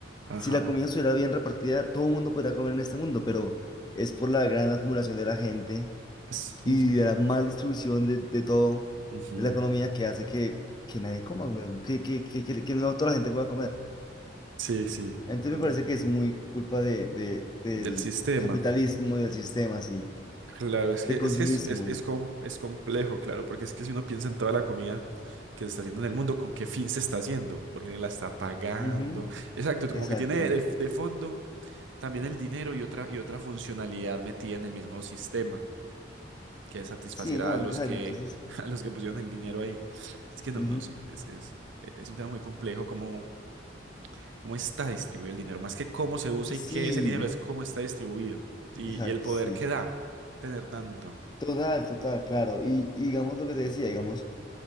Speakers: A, on the right; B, on the left.
A: Ajá.
B: Si la comida estuviera bien repartida, todo el mundo podría comer en este mundo, pero es por la gran acumulación de la gente
A: <laughs> Es-
B: y
A: ujú,
B: de la mal distribución de, de todo,
A: ujú.
B: de la economía que hace que, que nadie coma, weón, que, que, que, que- que no toda la gente pueda comer.
A: Sí, sí.
B: Entonces
A: tienes-
B: me parece que es muy culpa de, de- del
A: Del sistema.
B: capitalismo y del sistema, así,
A: Claro, es
B: de
A: que
B: consumismo.
A: es, que es, es, es com- es complejo, claro, porque es que si uno piensa en toda la comida que se está haciendo en el mundo, ¿con qué fin se está haciendo? ¿Por qué la está pagando?
B: Ujú,
A: Exacto, como
B: Exacto.
A: que tiene de, de fondo también el dinero y otra, y otra funcionalidad metida en el mismo sistema, que es satisfacer
B: Sí, no,
A: a los
B: exacto,
A: que,
B: entonces.
A: <laughs> a los que pusieron el dinero ahí. Es que no,
B: ujú,
A: no, sí, es, es, es un tema muy complejo, cómo, cómo está distribuido el dinero, más que cómo se usa
B: Sí,
A: y qué es el dinero, es cómo está distribuido y,
B: exacto,
A: y el poder
B: sí.
A: que da tener tanto.
B: Total, total, claro. Y, y digamos lo que te decía, digamos.